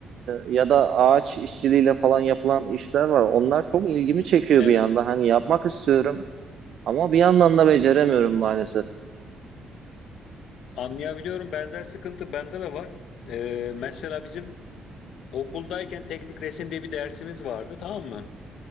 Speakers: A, on the right; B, on the left.
A: e, ya da ağaç işçiliğiyle falan yapılan işler var. Onlar çok ilgimi çekiyor
B: Evet.
A: bir yandan. Hani yapmak istiyorum. Ama bir yandan da beceremiyorum maalesef.
B: Anlayabiliyorum. Benzer sıkıntı bende de var. Eee, mesela bizim okuldayken teknik resim diye bir dersimiz vardı, tamam mı?